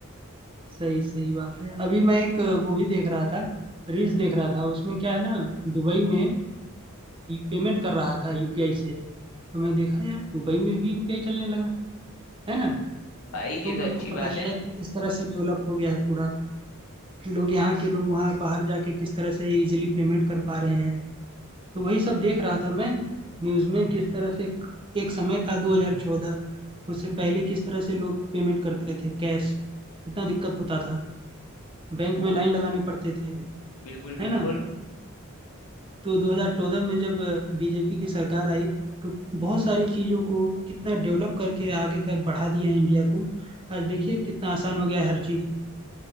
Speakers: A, on the right; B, on the left.
A: सही सही बात है अभी मैं एक वो भी देख रहा था रील्स देख रहा था उसमें क्या है ना दुबई में पेमेंट कर रहा था यूपीआई से तो मैं देखा यार दुबई में भी यूपीआई चलने लगा है ना
B: भाई
A: तो
B: ये तो
A: मेरे
B: अच्छी
A: को पता
B: बात है
A: चला कि किस तरह से डेवलप हो गया है पूरा लोग यहाँ के लोग वहाँ बाहर जाके किस तरह से इजिली पेमेंट कर पा रहे हैं तो वही सब देख रहा था मैं न्यूज़ में किस तरह से एक एक समय था 2014 उससे पहले किस तरह से लोग पेमेंट करते थे कैश कितना दिक्कत होता था बैंक
B: वो
A: में लाइन लगाने पड़ते थे
B: बिल्कुल बिल्कुल
A: है ना तो 2014 में जब बीजेपी की सरकार आई तो बहुत सारी चीज़ों को कितना डेवलप करके आगे का बढ़ा दिया इंडिया को आज देखिए कितना आसान हो गया है हर चीज़